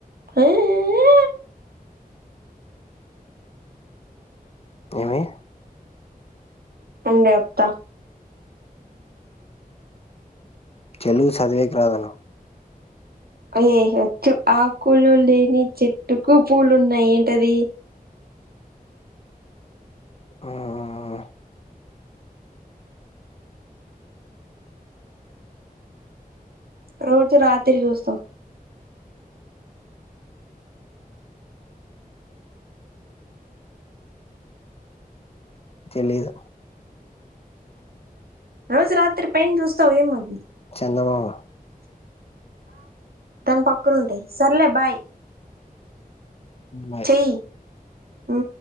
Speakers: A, on the right; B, on the left.
A: హా హే
B: ఏమి
A: ఉండే చెప్తా
B: చేలుగు చదివేకి రాదను
A: ఏయ్ వచ్చు ఆకులు లేని చెట్టుకు పూలు ఉన్నాయి ఏంటది
B: ఉమ్ ఆ ఆ
A: రోజు రాత్రి చూస్తావ్
B: తెలిదు
A: రోజు రాత్రి పైనా చూస్తావ్ ఏమది
B: చందమామ
A: దానికి పక్కనా ఉంటయి సర్లే బాయ్
B: బాయ్
A: చేయ్ ఉ